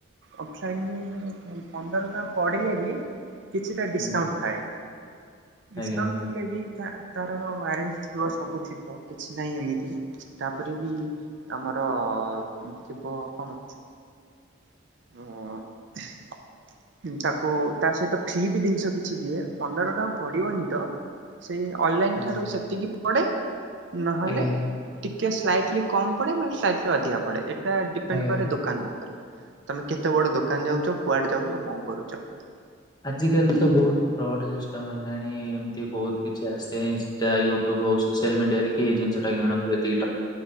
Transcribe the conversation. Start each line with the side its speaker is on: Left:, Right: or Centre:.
Right: ଅଫଲାଇନରେ ପନ୍ଦର ଟଙ୍କା ପଡିଲେ ବି କିଛିଟା ଡିସକାଉଣ୍ଟ
Left: ଆଜ୍ଞା
Right: ଥାଏ ଡିସକାଉଣ୍ଟ
Left: ଆଜ୍ଞା
Right: ଥିଲେ ବି ତାର ୱାରେଣ୍ଟି ଥିବ ସବୁ ଥିବ କିଛି ନାହିଁ, ଏମିତି ତାପରେ ବି ଆମ ଆର ଥିବ କଣ? ହଁ।
Left: <inaudible>
Right: ତାକୁ ତା ସହିତ ଫ୍ରି ବି ଜିନିଷ କିଛି ଦିଏ। ପନ୍ଦର ଟଙ୍କା ପଡିବନି ତ ସେ ଅନଲାଇନ
Left: ଆଜ୍ଞା।
Right: ଠାରୁ ସେତିକି ପଡେ ନହେଲେ
Left: ଆଜ୍ଞା
Right: କିଏ ସ୍ଲାଇଟଲି କମ୍ ପଡ଼େ ନା ସ୍ଲାଇଟଲି ଅଧିକା ପଡ଼େ, ଏଟା ଡିପେଣ୍ଡ
Left: ଆଜ୍ଞା।
Right: କରେ ଦୋକାନ ଉପରେ ତମେ କେତେ ବଡ ଦୋକାନ ଯାଉଛ, କୁଆଡେ ଯାଉଛ, କଣ କରୁଛ?
Left: ଆଜ କାଲି ତ ବହୁତ ଫ୍ରଡ ସିଷ୍ଟମ ହେଲାଣି ଏମତି ବହୁତ କିଛି ଆସି ସେଇ ଇନଷ୍ଟା, ୟୁଟୁବ ହଉ ସୋସିଆଲ ମିଡିଆରେ କି ଜିନିଷ ଟା କିଣୁ ଏ